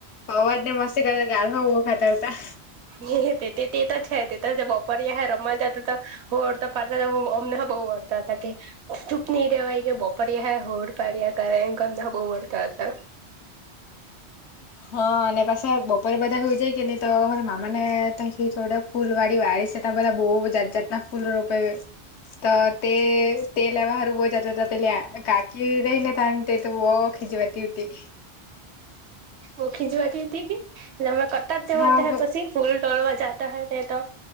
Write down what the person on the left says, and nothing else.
અવાજ ને મસ્તી કરે તો ગાઢ હોો ખાતાતા.
હા અને પાછા બપરે બધા હોઈ જાય કે ન તોર મામા ને ત ફૂલ વાડી વાળી સ ત બધા બહુ જાત જાતના ફૂલ રોપે તો તે તેલ બારું બો જ ત કાકી રહીને થ તો ીજવાતી ઉટી
હા